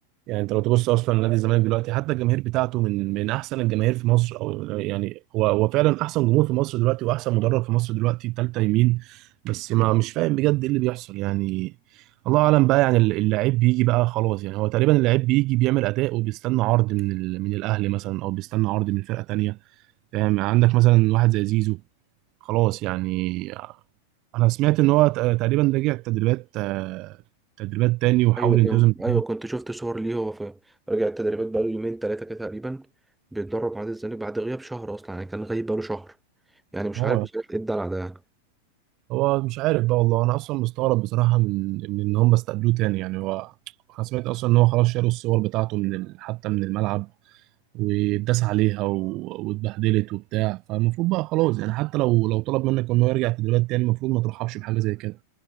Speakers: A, on the right; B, in the centre.
A: يعني انت لو تبص اصلا نادي الزمالك دلوقتي حتى الجماهير بتاعته من من احسن الجماهير في مصر او يعني هو هو فعلا احسن جمهور في مصر دلوقتي واحسن مدرب في مصر دلوقتي تالتة يمين بس ما مش فاهم بجد ايه اللي بيحصل يعني الله اعلم بقى يعني اللاعب بيجي بقى خلاص يعني هو تقريبا اللاعب بيجي بيعمل اداء وبيستنى عرض من ال... من الاهلي مثلا او بيستنى عرض من فرقة تانية فاهم عندك مثلا واحد زي زيزو خلاص يعني انا سمعت ان هو ت- تقريبا رجع تدريبات آه، تدريبات تاني وحاول
B: ايوه كنت
A: ينتظم تاني.
B: ايوه كنت شفت صور ليه هو في رجع التدريبات بقاله يومين ثلاثه كده تقريبا بيتدرب مع نادي الزمالك بعد غياب شهر اصلا يعني كان غايب بقاله شهر يعني مش
A: هو
B: عارف بصراحه ايه الدلع ده يعني
A: هو مش عارف بقى والله انا اصلا مستغرب بصراحه من من ان هم استقبلوه تاني يعني هو انا سمعت اصلا ان هو خلاص شالوا الصور بتاعته من ال... حتى من الملعب واتداس عليها و... واتبهدلت وبتاع فالمفروض بقى خلاص يعني حتى لو لو طلب منك ان هو يرجع تدريبات تاني المفروض ما ترحبش بحاجه زي كده